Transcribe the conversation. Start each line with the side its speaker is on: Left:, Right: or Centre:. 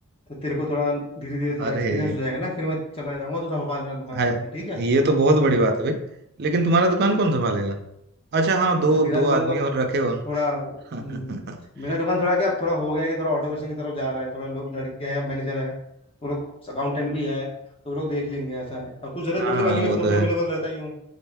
Left: तो तेरे को थोड़ा धीरे धीरे
Right: अरे
Left: थोड़ा एक्सपीरियंस हो जाएगा ना फिर मैं चला जाऊंगा तो संभाल लेना दुकान
Right: हाय
Left: आराम से ठीक है
Right: ये तो बहुत बड़ी बात है भाई लेकिन तुम्हारा दुकान कौन संभालेगा अच्छा हाँ दो
Left: अरे मेरा
Right: दो
Left: दुकान
Right: आदमी
Left: तो
Right: और रखे हो
Left: थोड़ा हम्म,
Right: ना <laughs>
Left: मेरा दुकान थोड़ा क्या अब थोड़ा हो गया है कि थोड़ा ऑटोमेशन की तरफ जा रहा है थोड़ा लोग लड़के हैं मैनेजर है वो लोग अकाउंटेंट भी है तो वो लोग देख लेंगे ऐसा है और कुछ जरूरत
Right: हाँ
Left: पड़ी तो बाकी मैं
Right: वो
Left: फोन
Right: तो
Left: पे
Right: है
Left: अवेलेबल रहता ही हूँ